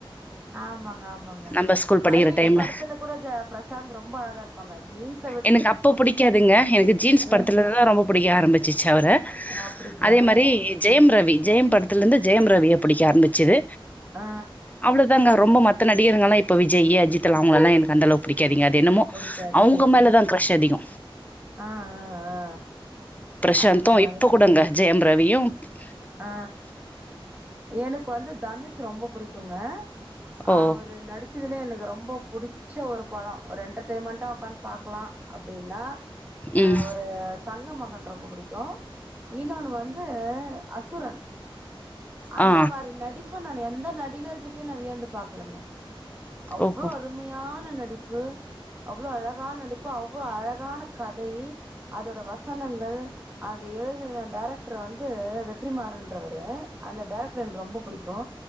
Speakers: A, on the right; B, on the left.
A: ஆமாங்க ஆமாங்க
B: நம்ப ஸ்கூல் படிக்கிற
A: பழைய
B: டைம்ல.
A: படத்துல கூட ஜ பிரசாந்த் ரொம்ப அழகா இருப்பாங்க ஜீன்ஸ்
B: எனக்கு அப்ப பிடிக்காதுங்க எனக்கு ஜீன்ஸ்
A: அ
B: படத்துல தா ரொம்ப புடிக்கு யார் அந்த <unintelligible> அவரு
A: அப்டிங்களா
B: அதே மாரி ஜெயம் ரவி ஜெயம் படத்தல்ந்து ஜெயம் ரவிய பிடிக்க ஆரம்பிச் ச்து
A: ஆ
B: அவ்ளோதான்ங்க ரொம்ப மத் த நடிகர்ங்கலா இப்ப விஜயீ அஜித்து லா அவங்களெல்லா எனக்கு அந்தளவு புடிக்காதுங் யார அத்தென்னமோ
A: புடிக்காது
B: அவுங்க
A: அ
B: மேல தா க்ரஷ் அதிகோ
A: ஆ ஆ ஆ
B: பிரசாந்து
A: அரும அரும
B: இப்ப கூடங்க ஜெயம் ரவியு <unintelligible>
A: ஆ எனக்கு வந்து தனுஷ் ரொம்ப புடிக்குங்க
B: ஓ!
A: அவுரு நடிச் சிதுலே எனக்கு ரொம்போ பிடிச்ச ஒரு படோ ஒரு என்டர்டெயின்மெண்டா உக்காந் பாக்லா அப்டீன்னா ஆ
B: ம்
A: ஒரு தங்க மகன் ரொம்ப புடிக்கு இன்னொன்னு வந்து அசு சுரன் அந்த
B: ஆ
A: மாரி நடிப்பு நானு எந் ந்த நடிகர்கிட்டயு நா வியந்து பாக்லங்க அவ்ளோ
B: ஓஹோ
A: அருமையான நடிப்பு அவ்ளோ அழகா நடிப்பு அவ்ளோ அழகான கதை அதோட வசனங்கள் அது எழுதுன டேரக்ட்ரு வந்து வெற் ற்றிமாறன்றவரு அந்த டேரக்ட்ரு எனக்கு ரொம்ப புடிக்கு